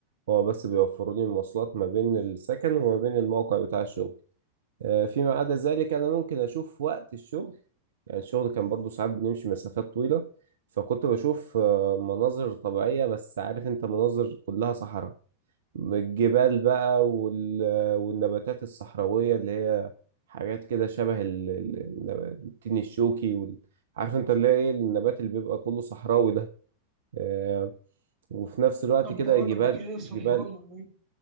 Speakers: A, on the right; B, on the right.
A: هو بس بيوفروا لي المواصلات ما بين السكن وما بين الموقع بتاع الشغل آه، فيما عدا ذلك انا ممكن اشوف وقت الشغل يعني الشغل كان برضو ساعات بنمشي مسافات طويلة فكنت بشوف آه، مناظر طبيعية بس عارف انت مناظر كلها صحراء الجبال بقى وال... والنباتات الصحراوية اللي هي حاجات كده شبه ال... ال- النب- التين الشوكي وال... عارف انت اللي هي ايه النبات اللي بيبقى كله صحراوي ده آه، وفي نفس الوقت
B: صبارة
A: كده جبال
B: وكده
A: جبال
B: صبارة و-